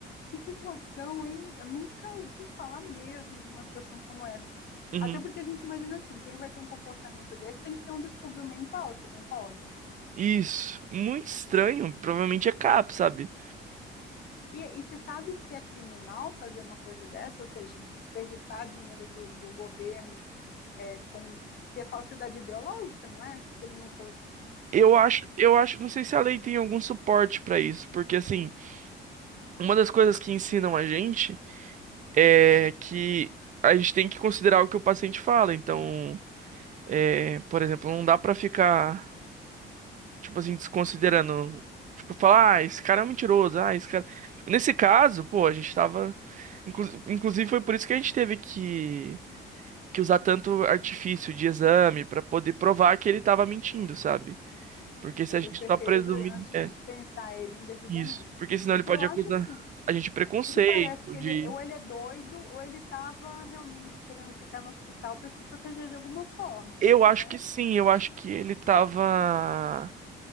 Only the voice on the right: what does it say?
Uhum.
Isso, muito estranho, provavelmente é CAP, sabe?
Eu acho, eu acho, não sei se a lei tem algum suporte pra isso, porque assim, uma das coisas que ensinam a gente é que a gente tem que considerar o que o paciente fala, então, é, por exemplo, não dá pra ficar Tipo assim, desconsiderando. Tipo, falar, ah, esse cara é um mentiroso, ah, esse cara. Tipo, nesse caso, pô, a gente tava. inclu- Inclusive, foi por isso que a gente teve que, que usar tanto artifício de exame pra poder provar que ele tava mentindo, sabe? Porque se
a
gente
só presumir.
É,
isso. Porque senão
ele
pode
acusar
a gente de preconceito,
de.
Eu acho
que sim, eu acho que ele tava.